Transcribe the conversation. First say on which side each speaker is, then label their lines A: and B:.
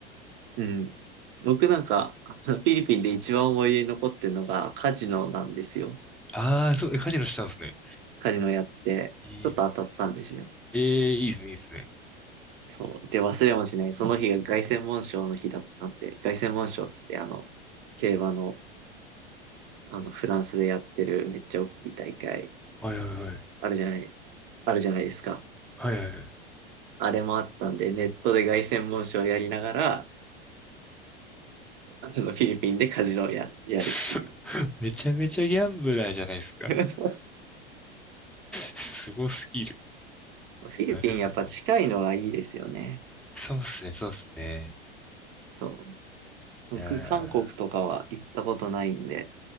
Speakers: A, on the right; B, in the centre.
A: うん。僕なんか、<laughs> あのフィリピンで一番思い出に残ってるのがカジノなんですよ。
B: ああ、そう、えカジノしたんですね。
A: カジノやって、
B: えー、
A: ちょっと当たったんですよ。
B: えーいいですね、いいですね。
A: そう。で、忘れもしない。その日が凱旋門賞の日だったんで、凱旋門賞ってあの、競馬の、あの、フランスでやってるめっちゃ大きい大会、
B: はいはいはい。
A: あるじゃない、あるじゃないですか。
B: はいはいはい。
A: あれもあったんで、ネットで凱旋門賞をやりながら、あのフィリピンでカジノをや、やるっていう。
B: <laughs> めちゃめちゃギャンブラーじゃないですか。
A: <laughs>
B: すごすぎる。
A: フィリピンやっぱ近いのがいいですよね。
B: なるほど。そうっすね、そうっすね。
A: そう。
B: いやー、
A: 僕、韓国とかは行ったことないんで、